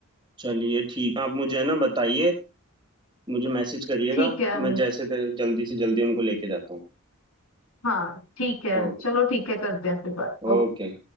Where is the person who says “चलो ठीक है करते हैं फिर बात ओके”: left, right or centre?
Left